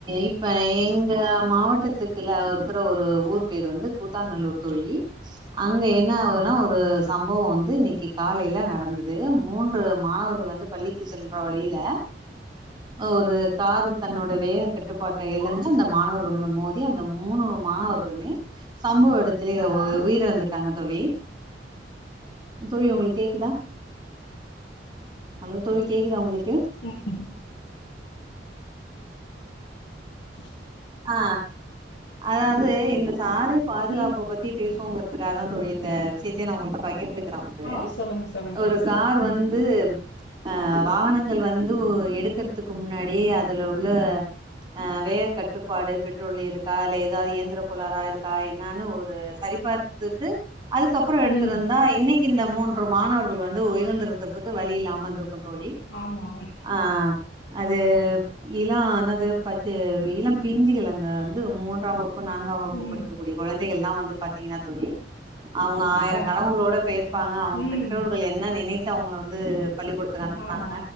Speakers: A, on the right; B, on the left.
A: இப்ப எங்க மாவட் ட்டத்துக்குள்ள இருக்கற ஒரு ஊர் பேர் வந்து கூத்தாநல்லூர் தோழி அங்க என்ன ஆவுதுன்னா ஒரு சம்பவோ வந்து இன்னைக்கி காலையில நடந்தது மூன்று மாணவர்கள் வந்து பள்ளிக்கு செல்ற வழியில ஒரு காரு தன்னோடைய வேக கட்டுப்பாட்ட இழந்து அந்த மாணவர்கள் மேல மோதி அந்த மூணு மாணவர்கள் சம்பவ எடத்துலயே உயிர் இழந்துட்டாங்க தோழி தோழி உங்களுக்கு கேக்குதா ஹலோ தோழி கேக்குதா உங்களுக்கு
B: ம் ம் <inaudible>
A: ஆ அதாது இந்த சாலை பாதுகாப்ப
B: ம்
A: பத்தி பேசுவோங்கறதுக்காக தா தோழி இந்த விஷயத்தே நா உங்க கிட்ட பகிர்ந்து கிற வந்து
B: ஆ சொல்லுங்க சொல்லுங்க
A: ஒரு
B: பேசலா
A: கார்
B: ம்
A: வந்து அ வாகனங்கள் வந்து எடுக்கறதுக்கு முன்னாடி அதுல உள்ள ஆ வேக கட்டு ப்பாடு பெட்ரோல் இருக்கா இல்ல ஏதாவது இயந்திர கொளாரா இருக்கா என்னன்னு ஒரு சரிபார் த்துட்டு அதுக்கப்புறோ எடுத்திருந்தா
B: ம்
A: இன்னிக் இந்த மூன்று மாணவர்கள் வந்து உயர் இருந்தறத்துக்கு வழி இல்லாம இருந்திருக்கு தோழி
B: ஆமாம்
A: ஆ அது இளோ என்னாது பச்ச இளம் பிஞ்சிகள் அந்த வந்து மூன்றாம் வகுப்பு நான்காம் வகுப்பு
B: ம்
A: படிக்கக்க கூடிய குழந்தைகள் தா வந்து பாத்தீங்கன்னா தோழி அவுங்க ஆயிரோ
B: அதா
A: கணவுகளோட போயிருப்பாங்க அவுங்க
B: ம்
A: பெற்றோர்கள் என் என்ன நினைத்து அவுங்கள வந்து பள்ளி கூட டத்துக்கு அனுப்புனாங்க
B: ஆமா